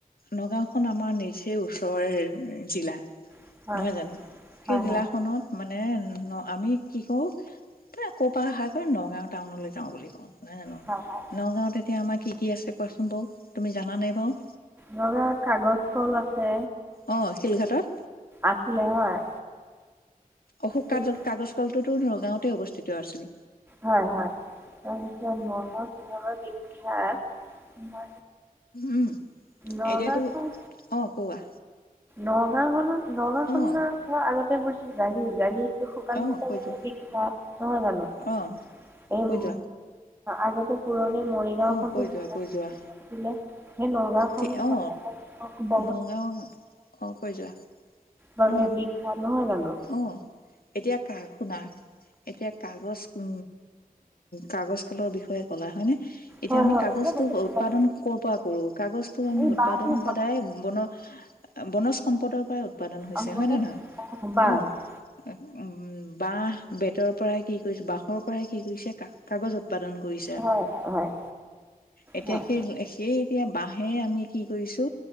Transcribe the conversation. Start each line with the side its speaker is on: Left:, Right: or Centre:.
Left: নগাঁওখন আমাৰ নিচেই ওচৰৰে জিলা।
Right: হয়
Left: নহয় জানো? সেই
Right: হয়
Left: জিলাখনত মানে ন আমি কি কৰো ক'পা অহা? নগাওঁ টাউনলৈ যাওঁ বুলি কওঁ। নহয় জানো?
Right: হয় হয়
Left: নগাঁৱত এতিয়া আমাক কি কি আছে কোৱাচোন বাউ? তুমি জানা নাই বাউ?
Right: নগাঁৱত কাগজ কল আছে,
Left: অ শিলঘাটত
Right: আছিলে হয়?
Left: অশুোক
Right: ঠিক-
Left: কাগ-কাগজ কলটোতো ধৰক গাঁৱতে অৱস্থিত আছিল।
Right: হয়, হয় তাৰপিছত মনৰ <unintelligible>
Left: উম
Right: নগাঁওখন,
Left: এতিয়াতো অ কোৱা
Right: নগাঁওখন, নগাঁওখন
Left: অ
Right: ধৰা আগত <unintelligible> জাগি, জাগি শুকান
Left: অ
Right: মাছৰ
Left: কৈ
Right: বাবে
Left: যোৱা
Right: বিখ্যাত। নহয় জানো? এই
Left: অ
Right: উম,
Left: কৈ যোৱা
Right: আগতে পুৰণি মৰিগাঁওখনটো
Left: অ কৈ
Right: <unintelligible>
Left: যোৱা কৈ যোৱা
Right: সেই নগাঁওখন
Left: ঠিক
Right: <unintelligible>
Left: অ নগাঁও অ কৈ যোৱা
Right: বাবে
Left: অ
Right: বিখ্যাত। নহয় জানো
Left: অ', এতিয়া কাৰ শুনা? এতিয়া কাগজ উ, কাগজ কলৰ বিষয়ে ক'লা হয় নে? এতিয়া
Right: হয়
Left: আমি
Right: হয়
Left: কাগজটো
Right: এতিয়া বৰ্তমান
Left: উৎপাদন ক'ৰ পৰা কৰো, কাগজটো আমি
Right: এই
Left: উৎপাদন
Right: বাঁহটো
Left: সদায় বন বনজ সম্পদৰ পৰা উৎপাদন হৈছে
Right: আম গছৰ
Left: হয় নে
Right: শিপা-
Left: নহয়?
Right: বাঁহ
Left: অ', উম, বাঁহ বেতৰ পৰাই কি কৰিছে বাঁহৰ পৰাই কি কৰিছে? কা কাগজত উৎপাদন কৰিছে।
Right: হয় হয়
Left: এতিয়া
Right: হয়
Left: সেই, সেই এতিয়া বাঁহে আমি কি কৰিছো